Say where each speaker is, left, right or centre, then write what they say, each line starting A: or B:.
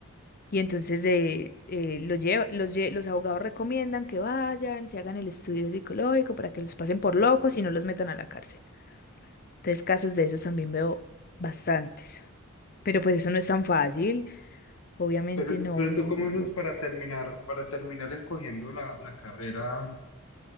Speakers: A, on the left; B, on the left.
A: Y entonces eh, eh, lo lleva- los, lle- los abogados recomiendan que vayan, se hagan el estudio psicológico para que los pasen por locos y no los metan a la cárcel. Entonces casos de esos también veo bastantes. Pero pues eso no es tan fácil. Obviamente
B: Pero,
A: no,
B: pero
A: no,
B: tú, ¿cómo
A: no.
B: haces para terminar, para terminar escogiendo la, la carrera?